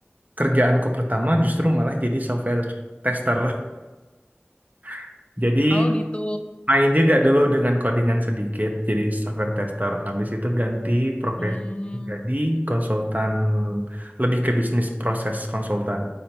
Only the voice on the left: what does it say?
oh gitu.
Hmm.